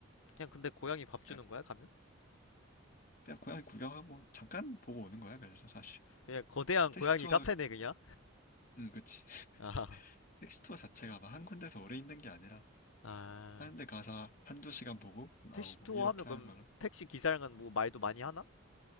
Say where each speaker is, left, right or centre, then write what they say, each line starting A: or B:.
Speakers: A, on the left; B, on the left.
A: 그냥 근데 고양이 밥 주는
B: 그러니까
A: 거야, 가면?
B: 그냥 고양이 구경하고 잠깐 보고 오는 거야. 그래서 사실
A: 그냥 거대한
B: 택시
A: 고양이
B: 투어,
A: 카페네, 그냥?
B: 음 그치. <laughs>
A: 아,
B: 택시 투어 자체가 막 한 군데서 오래 있는 게 아니라
A: 아,
B: 하는 데 가서 한 두 시간 보고 나오고
A: 택시 투어
B: 이렇게
A: 하면 그럼
B: 하는 거라
A: 택시 기사랑은 뭐 말도 많이 하나?